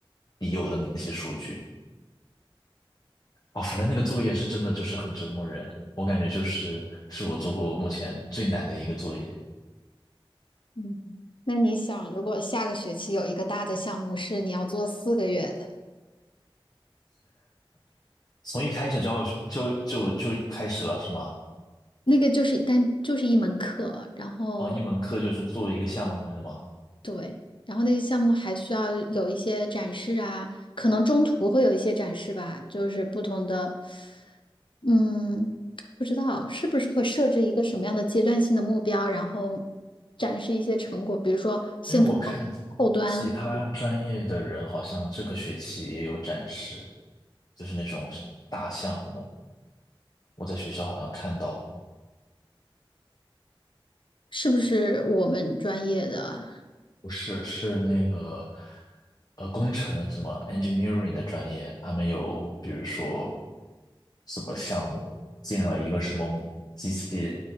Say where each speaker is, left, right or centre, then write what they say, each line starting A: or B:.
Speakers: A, on the left (about 45°); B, on the left (about 65°).
A: 已有的那些数据。哦，反正那个作业是真的就是很折磨人，我感觉就是是我做过目前最难的一个作业，
B: 嗯，那你想，如果下个学期有一个大的项目是你要做四个月的？
A: 从一开始就要就就就开始了是吗？
B: 那个就是单就是一门课，然后
A: 哦，一门课就是做一个项目是吗？
B: 对，然后那个项目还需要有一些展示啊，可能中途会有一些展示吧，就是不同的，嗯，不知道是不是会设置一个什么样的阶段性的目标，然后展示一些成果，比如说先做后端，
A: 哎，我看其他专业的人好像这个学期也有展示，就是那种大项目，我在学校好像看到了。
B: 是不是我们专业的？
A: 不是，是那个呃工程什么 engineering 的专业，他们有比如说什么项目建了一个什么模机器